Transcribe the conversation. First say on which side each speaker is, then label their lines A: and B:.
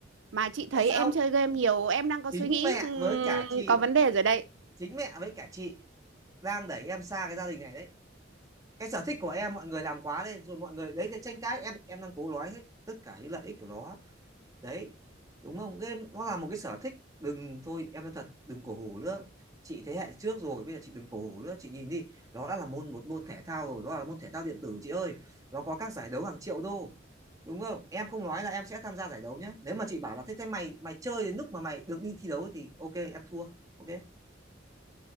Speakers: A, on the right; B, on the right.
A: Mà chị
B: tại
A: thấy
B: sao
A: em chơi game nhiều, em đang có
B: chính
A: suy nghĩ
B: mẹ
A: ừm,
B: với cả chị
A: có vấn đề rồi đấy.
B: chính mẹ với cả chị đang đẩy em xa cái gia đình này đấy cái sở thích của em mọi người làm quá lên rồi mọi người đấy cái tranh cãi em em đang cố nói hết tất cả những lợi ích của nó đấy đúng không game nó là một cái sở thích đừng thôi em nói thật đừng cổ hủ nữa chị thế hệ trước rồi bây giờ chị đừng cổ hủ nữa chị nhìn đi nó đã là môn một môn thể thao rồi nó là môn thể thao điện tử chị ơi nó có các giải đấu hàng triệu đô đúng không em không nói là em sẽ tham gia giải đấu nhé nếu mà chị bảo là thế thế mày mày chơi đến lúc mà mày được đi thi đấu thì ok em thua ok